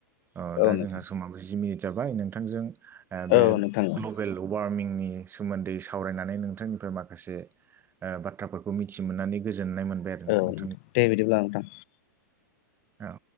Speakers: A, on the right; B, on the left.
A: ओ दा
B: औ नोंथां
A: जोंहा समाबो जि मिनिट जाबाय नोंथांजों ओ बे
B: औ नोंथां औ
A: ग्लबेल वार्मिंनि सोमोन्दै सावरायनानै नोंथांनिफ्राय माखासे ओ बाथ्राफोरखौ मिथि मोननानै गोजोननाय मोनबाय आरोना
B: नोंथां
A: नों
B: दे बिदिब्ला नोंथां।
A: औ।